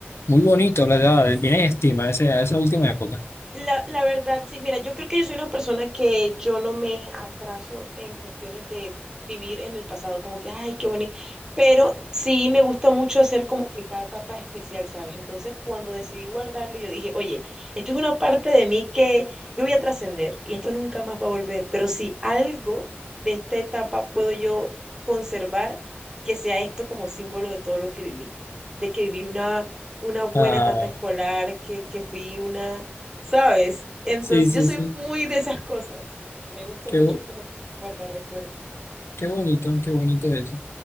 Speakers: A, on the left (about 85°); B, on the right (about 15°).
A: muy bonito, la verdad, tienes estima a ese- a esa última época.
B: La, la verdad, sí, mira, yo creo que yo soy una persona que yo no me atraso en cuestiones de vivir en el pasado, como que, ay, qué bonito, pero sí me gusta mucho hacer como que cada etapa especial, ¿sabes? Entonces, cuando decidí guardarlo, yo dije, oye, esto es una parte de mí que yo voy a trascender y esto nunca más va a volver, pero si algo de esta etapa puedo yo conservar, que sea esto como símbolo de todo lo que viví, de que viví una, una buena
A: Ah,
B: etapa escolar, que, que fui una ¿sabes? Entonces,
A: sí, sí,
B: yo soy
A: sí.
B: muy de esas cosas. Me gusta
A: Qué,
B: mucho
A: bo-
B: como guardar recuerdos.
A: qué bonito, qué bonito eso.